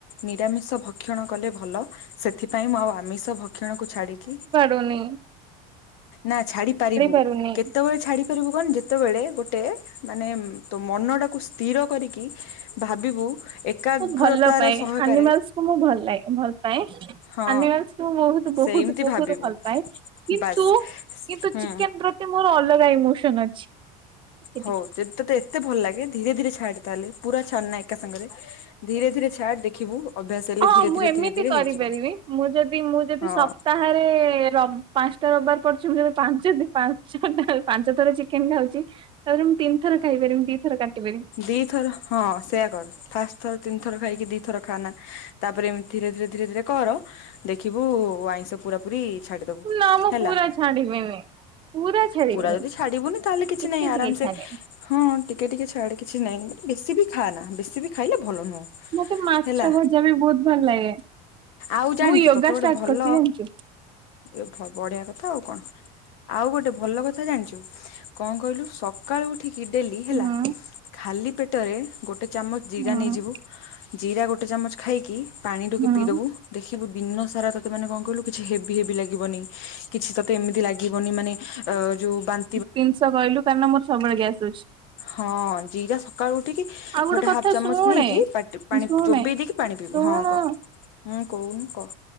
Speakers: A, on the left; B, on the right.
A: ନିରାମିଷ ଭକ୍ଷଣ କଲେ ଭଲ। ସେଥିପାଇଁ ମୁଁ ଆଉ ଆମିଷ ଭକ୍ଷଣକୁ ଛାଡିକି
B: ଟୁନି
A: ନା ଛାଡି ପାରିବୁ,
B: ପାରୁନି
A: କେତେବେଳେ ଛାଡି ପାରିବୁ କହନି ଯେତେବେଳେ ଗୋଟେ ମାନେ ତୋ ମନ ଟାକୁ ସ୍ଥିର କରିକି ଭାବିବୁ ଏକାଗ୍ରତାର
B: ମୁଁ ଭଲ ପାଏ
A: ସହକାରେ
B: ଆନିମଲସକୁ ମୁଁ ଭଲ ଲାଗେ ଭଲ ପାଏ
A: ହଁ
B: ଆନିମାଲ ମୁଁ ବହୁତ ବହୁତ
A: ସେମିତି
B: ବହୁତ
A: ଭାବିବୁ
B: ଭଲ ପାଏ କିନ୍ତୁ
A: ବାସ୍
B: କିନ୍ତୁ
A: ହୁଁ
B: ଚିକେନ ପ୍ରତି ମୋର ଅଲଗା ଇମୋସନ ଅଛି। ଟିକେ
A: ହଉ
B: ଟିକେ।
A: ଯଦି ତତେ ଏତେ ଭଲ ଲାଗେ ଧୀରେ ଧୀରେ ଛାଡେ ତାହେଲେ, ପୁରା ଛାଡ ନା ଏକା ସାଙ୍ଗରେ। ଧୀରେ ଧୀରେ ଛାଡ ଦେଖିବୁ ଅଭ୍ୟାସ ହେଲେ
B: ହଁ
A: ଧୀରେ
B: ମୁଁ
A: ଧୀରେ
B: ଏମିତି
A: ଧୀରେ ଧୀରେ
B: କରିପାରିବି
A: ହେଇଯିବ
B: ମୁଁ ଯଦି ମୁଁ ଯଦି
A: ହଁ
B: ସପ୍ତାହ ବାରେ ପାଞ୍ଚଟା ରବିବାର ପଡୁଛି ମୁବେ ପାଞ୍ଚ ପାଞ୍ଚ ପାଞ୍ଚ ଥର ଚିକେନ ଖାଉଛି ତାପରେ ମୁଁ ତିନିଥର ଖାଇ ପାରିବି ଦିଥର କାଟି ପାରିବି।
A: ଦି ଥର ହଁ ସେଇୟା କର ଫାଷ୍ଟ ଥର ତିନିଥର ଖାଇକି ଦି ଥର ଖାନା ତାପରେ ଏମତି ଧୀରେ ଧୀରେ ଧୀରେ ଧୀରେ କର ଦେଖିବୁ ଆଇଁଷ ପୁରା ପୁରୀ ଛାଡିଦବୁ
B: ନା ମୁଁ
A: ହେଲା
B: ପୁରା ଛାଡିବିନି ପୁରା ଛାଡିବିନି
A: ପୁରା ଯଦି ଡିବୁନି ତାହେଲେ କିଛି
B: ଟିକେ
A: ନାହିଁ ଆରାମ
B: ଟିକେ
A: ସେ
B: ଛାଡେ
A: ହଁ ଟିକେ ଟିକେ ଛାଆଡେ କିଛି ନାହିଁ, ବେଶୀ ବି ଖାଆ ନା ବେଶୀ ବି ଖାଇଲେ ଭଲ ନୁହଁ।
B: ମତେ ମାଛ
A: ହେଲା
B: ଭଜା ବି ବହୁତ ଭଲ ଲାଗେ
A: ଆଉ ଜାଣିଛୁ
B: ମୁଁ ୟୋଗା
A: ତତେ ଗୋଟେ
B: ଷ୍ଟାର୍ଟ
A: ଭଲ
B: କରିଛି ଜାଣିଛୁ?
A: ଏ ବଢିଆ କଥା ଆଉ କଣ, ଆଉ ଗୋଟେ ଭଲ କଥା ଜାଣିଛୁ? କଣ କହିଲୁ ସକାଳୁ ଉଠିକି ଡେଲି ହେଲା
B: ହୁଁ
A: ଖାଲି ପେଟରେ ଗୋଟେ ଚାମଚ ଜିରା
B: ହୁଁ
A: ନେଇଯିବୁ ଜିରା ଗୋଟେ ଚାମଚ ଖାଇକି ପାଣି ଟୋପେ
B: ହୁଁ
A: ପିଇଦବୁ ଦେଖିବୁ ଦିନ ସାରା ତତେ ମାନେ କଣ କହିଲୁ କିଛି ହେବି ହେବି ଲାଗିବନି କିଛିତତେ ଏମିତି ଲାଗି ଗିବନି ମାନେ ଅଯୋଉ ବାନ୍
B: ତିନ୍ସ କହିଲୁ କାହିଁକି ନା ମୋର ସବୁବେଳେେ ଗ୍ୟାସ ହୋଉଛି।
A: ହଁ ଜିରା ସକାଳୁ ଉଠିକି
B: ଆଉ
A: ଗୋଟେ
B: କଥା
A: ହାଫ ଚାମଚ
B: ଶୁଣେ
A: ନେଇକି ପାଟି ପାଣି
B: ଶୁଣେ
A: ଚୋବେଇ ଦେଇକି ପାଣି ପିବ
B: ଶୁଣୁ
A: ହଁ କହ। ହୁଁ କହୁନୁ କ।